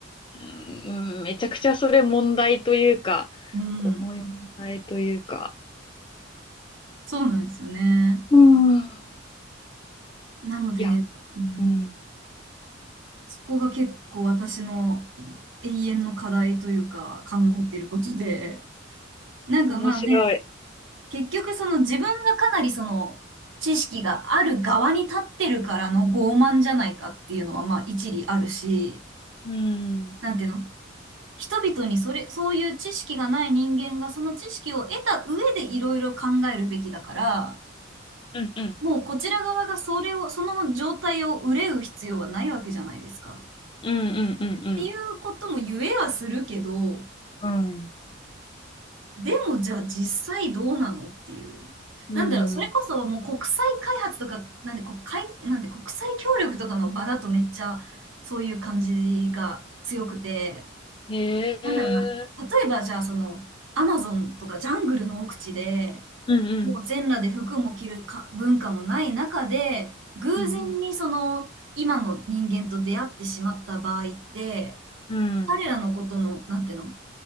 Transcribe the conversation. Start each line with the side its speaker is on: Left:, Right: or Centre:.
Left: ん。めちゃくちゃそれ問題というか、
Right: うん、
Left: 重い問題というか。
Right: そうなんですよね。
Left: うん。うん
Right: なので、
Left: いや、
Right: うん、
Left: うん。
Right: そこが結構私の永遠の課題というか考えてることで、なんかまあね、
Left: 面白い。
Right: 結局その自分がかなりその知識がある側に立ってるからの傲慢じゃないかっていうのはまあ一理あるし、
Left: うん。
Right: なんていうの人々にそれ、そういう知識がない人間がその知識を得た上でいろいろ考えるべきだから、
Left: うん。うん。
Right: もうこちら側がそれを、その状態を憂う必要はないわけじゃないですか。
Left: うん。うん。
Right: っていうことも言えはするけど、
Left: うん。うん。
Right: でもじゃあ実際どうなのっていう。
Left: うん。
Right: なんだろう、それこそもう国際開発とか、なんで国会、なんで国際協力とかの場だとめっちゃそういう感じが強くて、
Left: へえ。
Right: なんだろうな、例えばじゃあそのアマゾンとかジャングルの奥地で、
Left: うんうん。
Right: もう全裸で服も着るか文化もない中で、偶然にその今の人間と出会ってしまった場合って、
Left: うんうん。
Right: 彼らのことの、なんていうの、